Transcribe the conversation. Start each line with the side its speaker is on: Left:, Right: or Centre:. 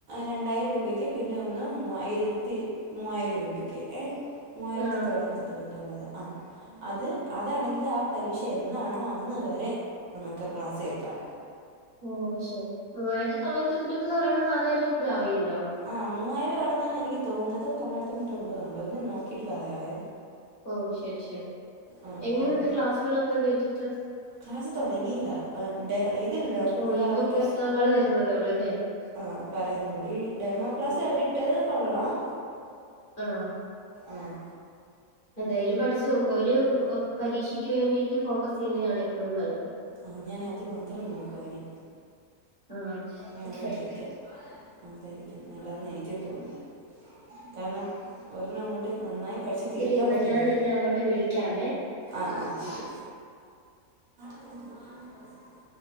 Right: രണ്ടായിരം രൂപയ്ക്ക് പിന്നെ ഒന്ന് മൂവായിരത്തി- മൂവായിരം രൂപയ്ക്ക് ഏ മൂവായിരത്തി
Left: ആ
Right: തൊള്ളായിരത്തി തൊണ്ണൂറ്റി ഒമ്പത് ആഹ് അത് അതാണെങ്കിൽ ആഹ് പരീക്ഷ എന്നാണോ അന്ന് വരെ നമുക്ക് ആഹ് ക്ലാസ് കേൾക്കാം
Left: ഓ ശരി മൂവായിരത്തി തൊള്ളര തൊണിപ്പന്ന് പറയുമ്പോ നാലായിരം രൂപ ആവിയല്ലോ
Right: ആഹ മൂവായിരം ആണെന്നാണ് എനിക്ക് തോന്നുന്നത് തൊള്ളായിര തൊണ്ണൂറ്റി ഒമ്പത്ണ്ടോ ഞാൻ നോക്കിയിട്ട് പറയാവേ
Left: ഓ ശരി ശരി
Right: ആ
Left: എങ്ങനെയുണ്ട്
Right: ആ അതെ
Left: ക്ലാസ്സുകളൊക്കെ കേട്ടിട്ട്
Right: ക്ലാസ് തൊടങ്ങിയില്ല ഇതല്ലോ
Left: ഓ
Right: നമ്മള്
Left: ഇപ്പൊ
Right: അവർക്ക്
Left: പുസ്തകങ്ങൾ
Right: -
Left: തരുന്നതേ ഉള്ളൂ അല്ലേ
Right: ആഹ് പറയുന്നുള്ളൂ ഈ ഡെമോ ക്ലാസ്
Left: ഉം.
Right: അവരിട്ടത് കൊള്ളാം
Left: ആഹ്
Right: ആഹ്
Left: എന്തായാലും പഠിച്ചു നോക്കോ ഒരു പരീക്ഷക്ക് വേണ്ടിയിട്ട് ഫോക്കസ് ചെയ്യുന്നതാണ് എപ്പോഴും നല്ലത്
Right: ആഹ് ഞാന് അത് മാത്രം നോക്കുവാ ഇനി
Left: ആഹ് അതായിരിക്കും
Right: ഞാൻ അങ്ങനെ
Left: ബെറ്റർ
Right: വിചാരിക്കുക അതായിരിക്കും നല്ലതെന്ന് എനിക്കും തോന്നുന്നു കാരണം ഒരെണം അങ്ങോട്ട്- നന്നായി പഠിച്ച്
Left: ശരി
Right: തീർക്കാൻ
Left: എന്നാ
Right: പറ്റുന്നില്ല
Left: ഞാൻ നിന്നെ അങ്ങോട്ട് വിളിക്കാമേ
Right: ആഹ് ആഹ് ശരി ഇ <unintelligible>